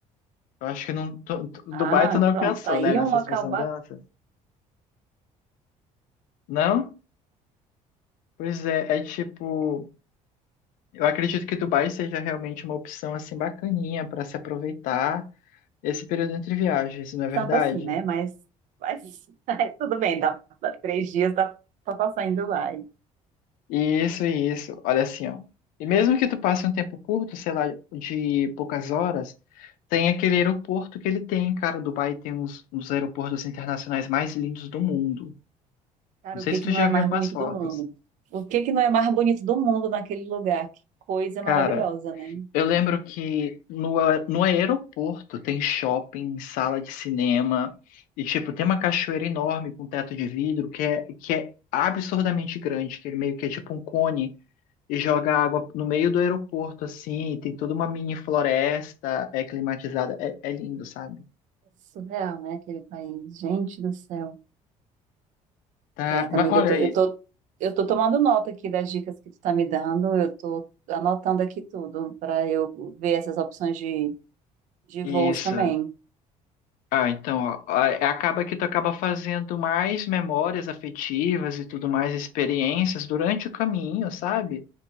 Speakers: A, on the left; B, on the right.
A: Eu acho que não, tu- tu-
B: Ah,
A: Dubai tu não alcançou,
B: pronto, tá aí
A: né, nessas
B: um local
A: tuas andanças? Não? Pois é, é tipo, eu acredito que Dubai seja realmente uma opção assim bacaninha para se aproveitar esse período entre viagens, não é verdade?
B: tanto assim, né? Mas, mas, <laughs> mas tudo bem, dá, dá três dias, dá pra passar indo lá. E,
A: Isso, isso. Olha assim, ó. E mesmo que tu passe um tempo curto, sei lá, de poucas horas, tem aquele aeroporto que ele tem, cara. Dubai tem uns, uns aeroportos internacionais mais lindos do mundo.
B: Cara,
A: Não sei
B: o que
A: se
B: que
A: tu
B: não
A: já
B: é
A: viu
B: mais
A: algumas
B: bonito
A: fotos.
B: do mundo? O que que não é mais bonito do mundo naquele lugar? Que coisa
A: Cara,
B: maravilhosa, né?
A: Eu lembro que no, a- no aeroporto tem shopping, sala de cinema, e tipo, tem uma cachoeira enorme com teto de vidro que é, que é absurdamente grande, que ele meio que é tipo um cone e joga água no meio do aeroporto, assim, e tem toda uma mini floresta, é climatizada, é, é lindo, sabe?
B: Surreal, né? Aquele país. Gente do céu.
A: Tá,
B: Certo,
A: mas
B: amiga,
A: olha
B: eu tô,
A: aí,
B: eu tô, eu tô tomando nota aqui das dicas que tu tá me dando, eu tô anotando aqui tudo para eu ver essas opções de, de
A: isso.
B: voos também.
A: Ah, então, ó, a- acaba que tu acaba fazendo mais memórias afetivas e tudo mais, experiências durante o caminho, sabe?